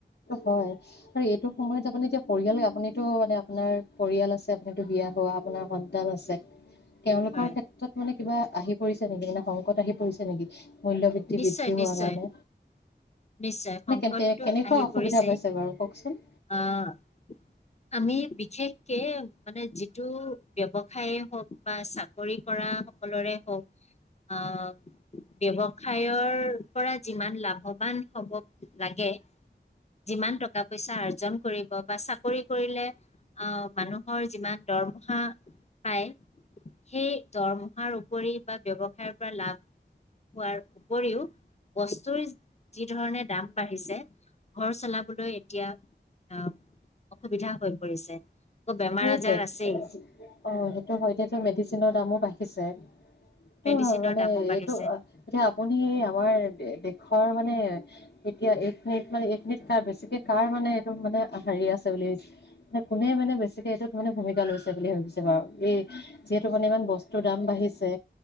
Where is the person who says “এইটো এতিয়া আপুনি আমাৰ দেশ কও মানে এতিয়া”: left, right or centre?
Left